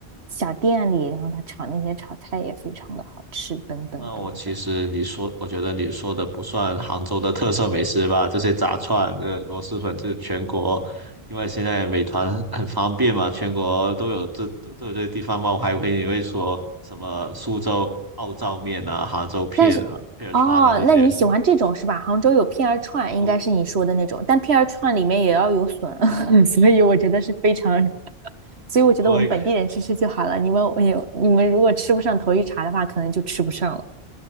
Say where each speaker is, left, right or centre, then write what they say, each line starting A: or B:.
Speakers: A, on the right; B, on the right.
A: 小店里，然后它炒那些炒菜也非常的好吃，等等等等。
B: 那我其实你说，我觉得你说的不算杭州的特色美食吧，这些炸串、这螺蛳粉，这全国，因为现在美团很方便嘛，全国都有这都有这些地方嘛，我还以为你会说什么苏州奥灶面啊、杭州片啊、
A: 但是，
B: 片川啊这些，
A: 哦，那你喜欢这种是吧？杭州有片儿串，应该是你说的那种，
B: 我
A: 但片儿串里面也要有笋，<laughs> 所以我觉得是非常，所以我觉得我们本地人吃吃就好了。
B: 我
A: 你们，你你们如果吃不上头一茬的话，可能就吃不上了。